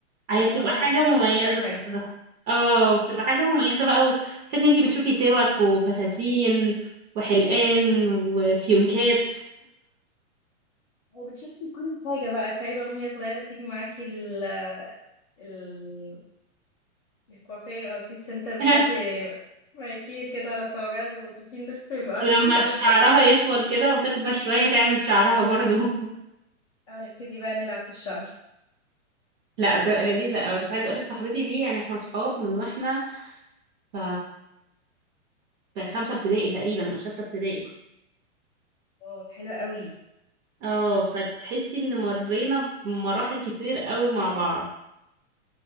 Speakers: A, on the left (about 20°); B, on the right (about 35°).
A: بتبقى
B: هي بتبقى
A: حلوه قوي
B: حاجة
A: بتفتح
B: مميزة
A: نفسك على الحياه
B: بصراحة اه بتبقى حاجة
A: ده حقيقي
B: مميزة بقى وتحسي انتي بتشوفي توك وفساتين وحلقان وفيونكات
A: وبتشاركي كل حاجه بقى تخيلي بقى من وهي صغيره تيجي معاكي ال ال الكوافير او البيت سنتر بتحطي
B: <laughs>
A: مانيكير كده على صوابعها الصغنطوطين دول بيبقوا عساسين
B: ولما
A: قوي
B: شعرها
A: بجد
B: يطول كده وتكبر شوية تعمل شعرها برضو <laughs>
A: اه نبتدي بقى نلعب في الشعر
B: لا بتبقى لذيذة قوي بس عايزة اقولك صاحبتي دي يعني احنا صحاب من واحنا ف في خمسة ابتدائي تقريبا او ستة ابتدائي
A: واو حلو قوي
B: اه فتحسي ان مرينا بمراحل كتير قوي مع بعض